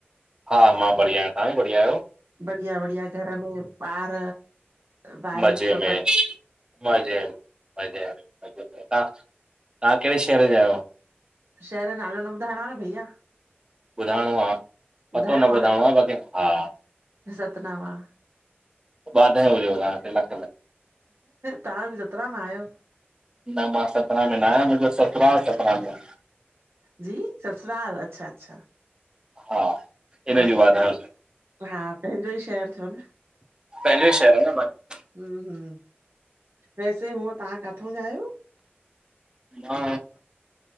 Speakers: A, on the right; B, on the right.
A: हा मां बढ़िया आहिय, तव्हां बि बढ़िया आयो?
B: बढ़िया, बढ़िया घर में ॿार वाइफ
A: मज़े
B: सभु
A: में,
B: बढ़िया?
A: मज़े में, मज़े में, मज़े में, तां? तां कहिॾे शहर जा आहियो?
B: शहर जो नालो न ॿुधाइणो आ न भईया?
A: ॿुधाइणो आ,
B: ॿुधाइणो
A: पतो न
B: आहे
A: ॿुधाणो आ, बाक़ी हा।
B: सतनाम आहे
A: वधायू हुजेव तां खे लख लख।
B: तां बि जेतरा मां आहियो।
A: न मां सतना में न आहिय, मुंहिंजो ससुराल सतना में आ।
B: जी, ससुराल अच्छा, अच्छा
A: हा
B: हा
A: इन जी
B: ठीकु
A: वाधायूं
B: आ। हा पंहिंजो ई शहर थियो न।
A: पंहिजो शहर आ न <unintelligible>
B: हु, हु वैसे हूअ तां काथो जा आहियो?
A: हा